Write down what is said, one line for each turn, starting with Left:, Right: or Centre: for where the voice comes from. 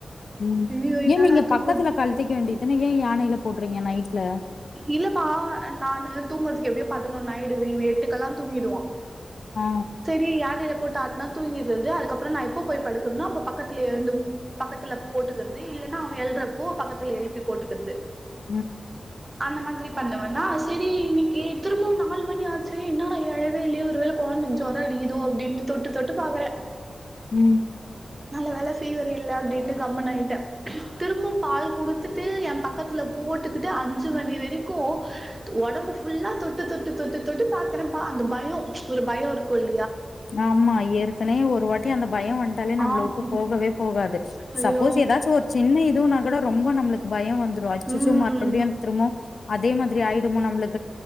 Left: உம்
Right: ஐயோ என்னடா
Left: ஏன் நீங்க
Right: திரும்ப
Left: பக்கத்துல கழட்டிக்க வேண்டியதுன்னா ஏன் யானையில போட்டு எப்பிடிங்க நைட்ல
Right: இல்லப்பா நானு தூங்குறதுக்கு எப்படியோ பதினொன்னு ஆயிடுது இவன் எட்டுக்கெல்லா தூங்கிடுவா
Left: ஆ
Right: சரி யார்ல போடு காட்டனா தூங்கிறது அதுக்கப்புறம் நான் இப்போ போய் படுக்கணும்னா அப்ப பக்கத்துல எழு பக்கத்துல போட்டுக்கிறது இல்லைன்னா அவன் எழுறப்போ பக்கத்துல எழுப்பி போட்டுக்கிறது
Left: உம்
Right: அந்த மாதிரி பண்ணுவன்னா செரி இன்னைக்கு திரும்ப நாலு மணியாச்சே என்னடா ஏழவேலயே ஒருவேளை குழந்தைக்கு ஜொரம் அடிக்குதோ அப்படின்ட்டு தொட்டு தொட்டு பாக்குறேன்
Left: உம்
Right: நல்ல வேல ஃபீவர் இல்ல அப்படின்ட்டு கம்மன்னு ஆகிட்டேன். திரும்ப பால் கொடுத்துட்டு என் பக்கத்துல போட்டுக்கிட்டு அஞ்சு மணி வரைக்கும் உடம்பு ஃபுல்லா தொட்டு தொட்டு தொட்டு தொட்டு பார்க்குறேன்ப்பா அந்த பயம் ஒரு பயம் இருக்கும்
Left: ஆமா ஏற்கனவே ஒருவாட்டி அந்த பயம் வண்டாலே நம்மள
Right: ஆ
Left: விட்டு போகவே போகாது.
Right: ஐயோ
Left: சப்போஸ் ஏதாச்சும் ஒரு சின்ன இதுனா கூட ரொம் ரொம்ப நம்மளுக்கு பய வந் <unintelligible> அச்ச்சோ
Right: ம்
Left: மறுபடியு திருமோ அதே மாத் த்ரி ஆய்யிடுமோ நம்ப்ளுக்கு